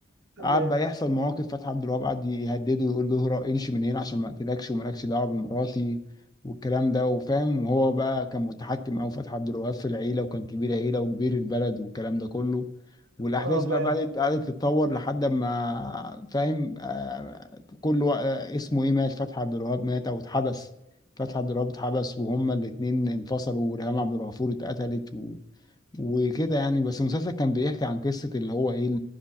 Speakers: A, on the right; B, on the left.
A: تمام
B: قعد بقى يحصل مواقف فتحي عبد الوهاب قعد يهدده ويقول له اهرب امشي من هنا عشان ما اقتلكش ومالكش دعوه بمراتي والكلام ده وفاهم وهو بقى كان متحكم او فتحي عبد الوهاب في العيله وكان كبير عيله وكبير البلد والكلام ده كله والاحداث
A: اه فاهم
B: بقى بدات قعدت تتطور لحد ما فاهم آه، كل وا- آه، اسمه ايه مات فتحي عبد الوهاب مات او اتحبس فتحي عبد الوهاب اتحبس وهما الاثنين انفصلوا وريهام عبد الغفور اتقتلت و... وكده يعني بس المسلسل كان بيحكي عن قصه اللي هو ايه